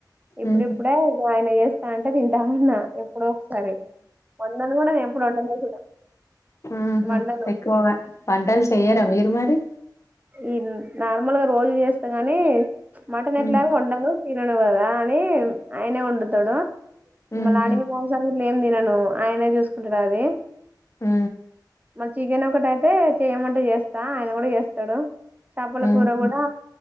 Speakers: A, on the right; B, on the left.
A: ఇప్పుడిప్పుడే
B: మ్మ్
A: ఆయన చేస్తా అంటే తింటాన్నా ఎప్పుడో ఒకసారి వండను కూడా నేను ఎప్పుడు వండలే కూడా
B: ఆహ
A: వండను
B: ఎక్కువ వంటలు చెయరా మీరు మరి
A: ఈ నార్మల్గా రోజు చేస్తా గని మటన్
B: మ్మ్
A: ఎట్లాగ వండను తినను గద అని ఆయనే వండుతాడు
B: మ్మ్
A: మళ
B: మ్మ్
A: అడిగి ఓసారి నేను ఏం తినను ఆయనే చూసుకుంటడు అది
B: ఆ
A: చికెన్ ఒకటైతే చేయమంటే చేస్తా ఆయన కూడా చేస్తాడు చేపల
B: మ్మ్
A: కూర కూడా